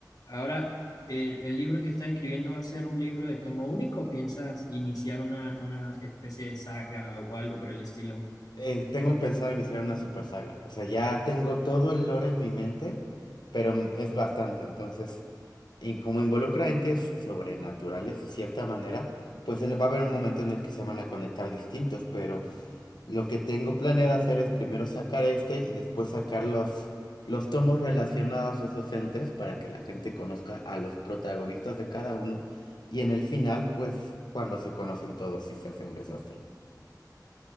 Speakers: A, on the left; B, on the left.
A: Ahora, eh, ¿el libro que estás escribiendo va a ser un libro de tomo único o piensas iniciar una, una especie de saga o algo por el estilo?
B: Eh, tengo pensado iniciar una super saga. O sea, ya tengo todo el lore en mi mente, pero mm, es bastante. Entonces. Y como involucra entes sobrenaturales de cierta manera, pues en- va a haber un momento en el que se van a conectar distintos, pero lo que tengo planeado hacer es primero sacar este y después sacar los, los tomos relacionados a esos entes para que la gente conozca a los protagonistas de cada uno. Y en el final, pues cuando se conocen todos, sí se hace un desastre.